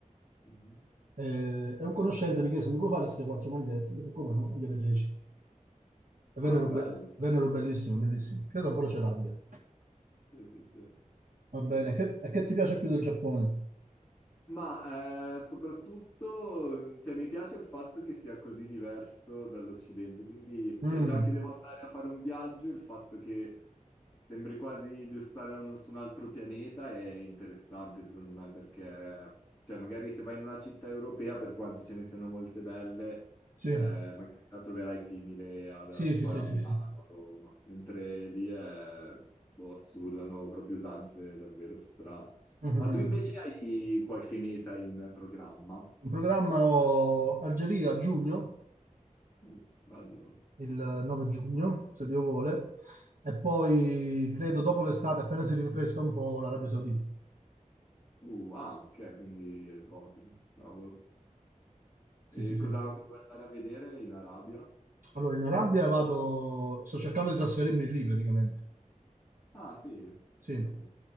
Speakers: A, on the left; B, on the right.
A: Mhm.
B: Eh, E, un conoscente mi chiese, mi puoi fare queste quattro magliette? Io dico, come no? E gliele feci. E vennero,
A: Ah, bello.
B: be- vennero bellissime, bellissime. Credo ancora ce l'abbia.
A: Sì, sì, sì.
B: Va bene,
A: Cavolo.
B: che, e che ti piace più del Giappone?
A: Ma eh, soprattutto, cioè, mi piace il fatto che sia così diverso dall'Occidente, quindi
B: Mm,
A: cioè, già che devo andare a fare un viaggio, il fatto che sembri quasi di stare un- su un altro pianeta è interessante secondo me, perché cioè, magari se vai in una città europea, per quanto ce ne siano molte belle,
B: sì,
A: eh, magari la troverai simile a,
B: sì,
A: tipo
B: sì, sì,
A: a
B: sì.
A: Milano,
B: sì. <laughs>
A: a Roma, mentre lì è boh, assurdo, hanno proprio usanze davvero strane.
B: Mm,
A: Ma
B: mm, mm.
A: tu invece hai qualche meta in programma?
B: In programma ho Algeria a giugno,
A: Uh, bello.
B: il 9 giugno, se Dio vuole, e poi credo dopo l'estate, appena si rinfresca un po', l'Arabia Saudita.
A: Uh, ah, ok, quindi esotico. Cavolo.
B: Sì,
A: E
B: sì, sì.
A: cosa cosa vuoi andare a vedere in Arabia?
B: Allora, in Arabia vado, sto cercando di trasferirmi lì praticamente,
A: Ah, sì.
B: sì.
A: Uh,